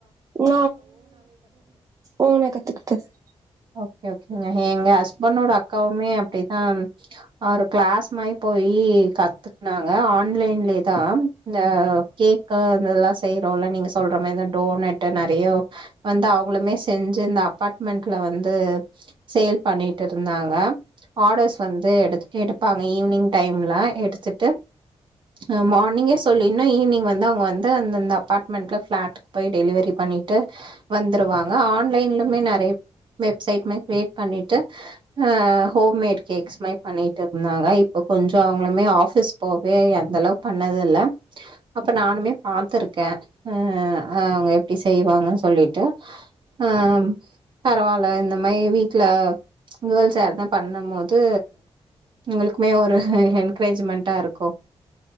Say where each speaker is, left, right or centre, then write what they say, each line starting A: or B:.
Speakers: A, on the right; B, on the right.
A: <unintelligible> ஓனா கத்துக்கிட்டது
B: ஓகே ஓகேங்க ஏங்க ஹஸ் பண்ணோட அக்காவுமே அப்டிதான் ஒரு க்ளாஸ் மாரி போயி கத்து நாங்க ஆன்லைன்லேதான் இந்த கேக்கு இந்த இதல்லா செய்யிறோல்ல நீங்க சொல்ற மாரி இந்த டோனட்டு நெறைய வந்து அவங்களுமே செஞ்சு இந்த அப்பார்ட்மெண்ட்ல வந்து சேல் பண்ணிட்டு இருந்தாங்க ஆர்டர்ஸ் வந்து எடுத் எடுப்பாங்க ஈவினிங் டைம்ல எடுத்து ட்டு அ மார்னிங்கே சொல்லிங்னா ஈவினிங் வந்து அவுங்க வந்து அந்தந்த அப்பார்ட்மன்ட்ல ப்ளாட்டுக்கு போய் டெலிவரி பண்ணிட்டு வந்துருவாங்க ஆன்லைன்லுமே நெறைய வெப்சைட்மே கிரியேட் பண்ணிட்டு ஆ ஹோம் மேட் கேக்ஸ்மே பண்ணிட்ருந்தாங்க இப்ப கொஞ்ச அவங்களுமே ஆஃபீஸ் போவே அந்த அளவுக்கு பண்ணத இல்ல அப்போ நானுமே பாத்துருக்கே ஆ அ அவங்க எப்டி செய்வாங்கன்னு சொல்லிட்டு அம் பரவால்ல இந்த மாரி வீட்ல கேர்ள்ஸ் யார்னா பண்ணும்போது உங்களுக்குமே ஒரு என்கரேஜ்மென்ட்டா இருக் க்கோ